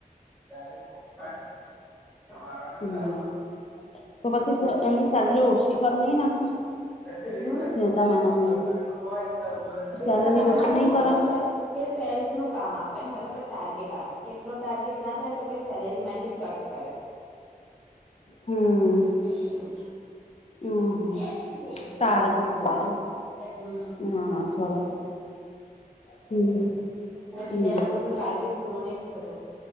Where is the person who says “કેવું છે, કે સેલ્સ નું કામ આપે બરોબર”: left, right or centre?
Centre